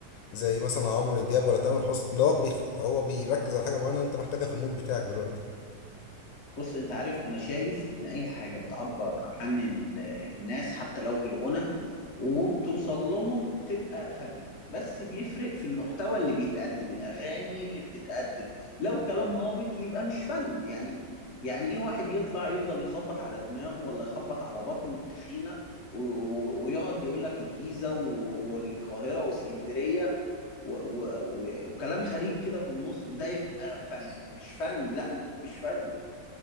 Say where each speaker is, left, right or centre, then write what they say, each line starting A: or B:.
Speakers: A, on the left (about 85°); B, on the left (about 50°).
A: زي مثلا عمرو دياب ولا تامر حسني اللي هو بيخ... هو بيركز على حاجه معينه انت محتاجها في المود بتاعك دلوقتي
B: بص انت عارف انا شايف ان اي حاجه بتعبر عن ال... الناس حتى لو بالغنى وبتوصل لهم تبقى فن بس بيفرق في المحتوى اللي بيتقدم الاغاني اللي بتتقدم لو كلام هابط يبقى مش فن يعني يعني ايه واحد يطلع يفضل يخبط على دماغه ولا يخبط على بطنه التخينه و... و... ويقعد يقول لك الجيزه و... والقاهره واسكندريه و و و وكلام غريب كده في النص وده يبقى فن مش فن لا مش فن